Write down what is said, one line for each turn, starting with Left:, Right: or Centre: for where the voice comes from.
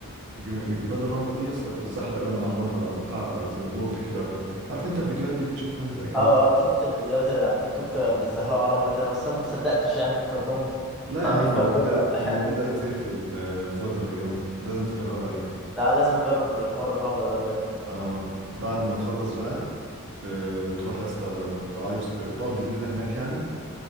Right: جم- جبال الرملة دي يا اسطى بتتزحلق بقى من على الرملة على بتاع زي بورد كده أو حاجة عارف أنت الفيديوهات دي بتشوفها أنت أكيد
Centre: اه اه آه، شفت الفيديوهات على التيك توك كانوا بيزحلقوا على الرمله كده بس انا ما صدقتش يعني فكرتهم
Right: لا
Centre: ما
Right: يا
Centre: عم
Right: عم
Centre: بيتفبركوا
Right: موجودة
Centre: ولا
Right: موجودة
Centre: حاجه
Right: كتير في ال- في وادي الريان لازم تجربها دي
Centre: ده أنا لازم اجرب الحوار الرمله ده بجد
Right: اه بعد ما تخلص بقى ت- تروح يا اسطى لو عايز ت- تقضي الليلة هناك يعني